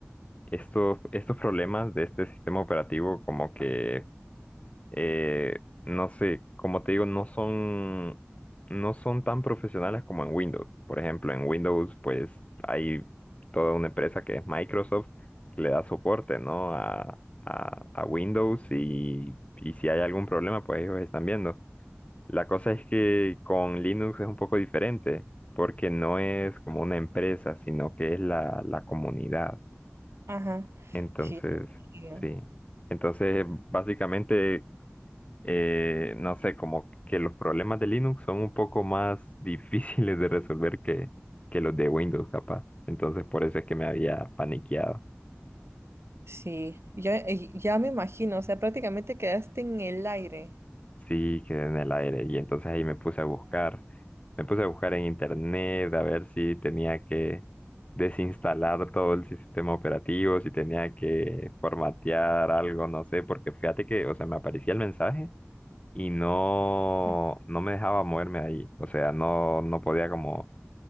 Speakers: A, on the left; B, on the right.
A: Estos, estos problemas de este sistema operativo como que eh, no sé, como te digo, no son, no son tan profesionales como en Windows. Por ejemplo, en Windows, pues hay toda una empresa que es Microsoft que le da soporte, ¿no? A, a, a Windows y, y si hay algún problema, pues ellos están viendo. La cosa es que con Linux es un poco diferente, porque no es como una empresa, sino que es la, la comunidad.
B: Ajá.
A: Entonces,
B: Sí. sí, sí.
A: sí. Entonces, básicamente eh, no sé, como que los problemas de Linux son un poco más <laughs> difíciles de resolver que, que los de Windows, capaz. Entonces, por eso es que me había paniqueado.
B: Sí, ya, eh, ya me imagino, o sea, prácticamente quedaste en el aire.
A: Sí, quedé en el aire. Y entonces ahí me puse a buscar. Me puse a buscar en internet a ver si tenía que desinstalar todo el sistema operativo, si tenía que formatear algo, no sé, porque fíjate que, o sea, me aparecía el mensaje y no,
B: Ah,
A: no me dejaba moverme de ahí. O sea, no, no podía como